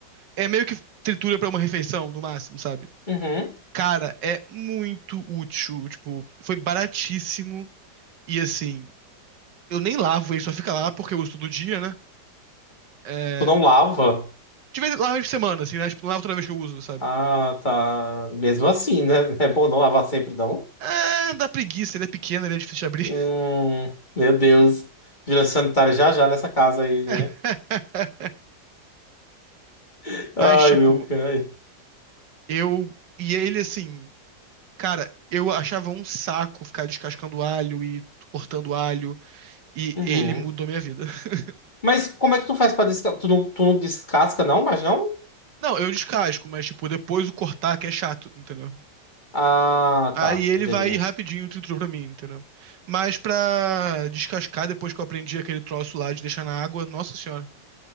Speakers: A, on the right; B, on the left.
A: é meio que tritura pra uma refeição, no máximo, sabe?
B: Uhum.
A: Cara, é muito útil. Tipo, foi baratíssimo. E assim, eu nem lavo ele, só fica lá porque eu uso todo dia, né? É,
B: Tu não lava?
A: de vez lavo por semana, assim, né? Tipo, não lavo toda vez que eu uso, sabe?
B: Ah, tá. Mesmo assim, né? <laughs> É bom não lavar sempre, não?
A: Ah, dá preguiça, ele é pequeno, ele é difícil de abrir.
B: Hum, meu Deus. Vigilância sanitária já já nessa casa aí, né?
A: <laughs>
B: <laughs> Ai,
A: Mas, tipo,
B: meu cai.
A: eu. E ele, assim, cara, eu achava um saco ficar descascando alho e cortando alho. E
B: Uhum.
A: ele mudou minha vida. <laughs>
B: Mas como é que tu faz pra descascar? Tu não, tu não descasca, não? Mas não?
A: Não, eu descasco, mas, tipo, depois o cortar que é chato, entendeu?
B: Ah,
A: Aí
B: tá.
A: ele
B: Entendi.
A: vai rapidinho triturou pra mim, entendeu? Mas pra descascar, depois que eu aprendi aquele troço lá de deixar na água, nossa senhora.